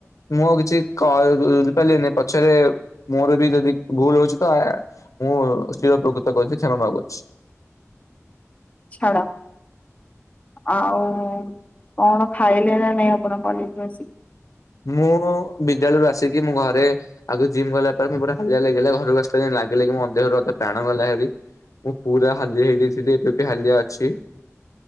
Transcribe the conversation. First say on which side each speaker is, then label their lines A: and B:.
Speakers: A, on the left; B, on the left.
A: ମୁଁ ଆଉ କିଛି କ ବୁଝିପାରିଲିନି ପଛରେ ମୋର ବି ଯଦି ଭୁଲ୍ ରହୁଚି ମୁଁ ଚିରପକୁତ କରି କ୍ଷମା ମାଗୁଚି।
B: ଛାଡ ଆଉ କଣ ଖାଇଲେ ନା ନାଇଁ ଆପଣ କଲେଜରୁ ଆସିକି?
A: ମୁଁ ବିଦ୍ୟାଳୟରୁ ଆସିକି ମୁଁ ଘରେ ଆଗ ଜିମ ଗଲାପରେ ହାଲିଆ ଲାଗିଲା ଘରେ ବସିଲା ପରେ ଲାଗିଲା ମୋ ଦେହରୁ ପ୍ରାଣ ଗଲାଭାରି ମୁଁ ପୁରା ହାଲିଆ ହେଇଯାଇଥିଲି ଏବେବି ହାଲିଆ ଅଛି।